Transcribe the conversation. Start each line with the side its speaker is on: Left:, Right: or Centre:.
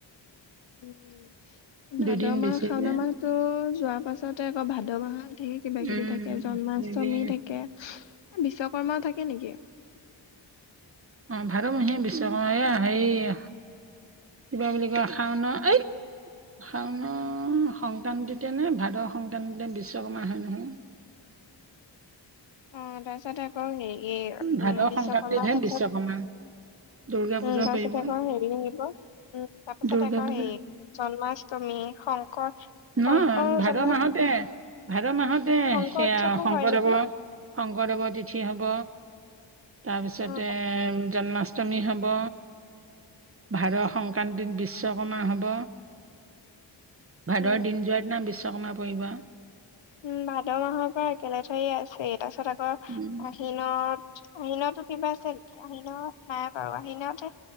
Left: উম,
Right: দুদিন
Left: ভাদ
Right: বেছি
Left: মাহ শাওনৰ
Right: যে
Left: মাহতটো যোৱা পাছতে আকৌ ভাদ মাহত- ধেই কিবা
Right: উম
Left: কিবি থাকে। জন্মাষ্টমী
Right: হেৰি
Left: থাকে এ বিশ্বকৰ্মাও থাকে নেকি?
Right: অ ভাদমহিয়া বিশ্বক এয়া সেই- কিবা বুলি কয় শাওনা এই- শাওণৰ সংক্ৰান্তিতে নে, ভাদ সংক্ৰান্তিতে বিশ্বকৰ্মা হয় নহয়।
Left: অ তাৰপিছত আকৌ হেৰি উম
Right: ভাদ
Left: বিশ্বকৰ্মাৰ
Right: সংক্ৰান্তিতহে
Left: পাছত-
Right: বিশ্বকৰ্মা দুৰ্গা পূজা
Left: উম তাপাছতে
Right: পৰিব
Left: আকৌ হেৰি আহিব। উম তাৰ পিছত
Right: দুৰ্গা
Left: আকৌ
Right: পূজা
Left: হেৰি। জন্মাষ্টমী শংকৰ-
Right: ন
Left: শংকৰ
Right: ভাদ
Left: জন্ম
Right: মাহতে ভাদ মাহতে
Left: শংকৰ
Right: সেয়া
Left: উৎসৱো
Right: শংকৰদেৱৰ-
Left: হয় নেকি
Right: শংকৰদেৱৰ তিথি হ'ব, তাৰপিছতে-
Left: অ
Right: জন্মাষ্টমী হ'ব। ভাদ সংক্ৰান্তি বিশ্বকৰ্মা হ'ব। ভাদৰ
Left: উম
Right: দিন যোৱাৰ দিনা বিশ্বকৰ্মা পৰিব আও।
Left: উম ভাদ মাহৰ পৰা একে লেথাৰিয়ে আছেই তাৰ পাছত আকৌ-
Right: উম
Left: আহিনত আহিনতো কিবা আছে নেকি আহিনত নাই বাৰু আহিনত-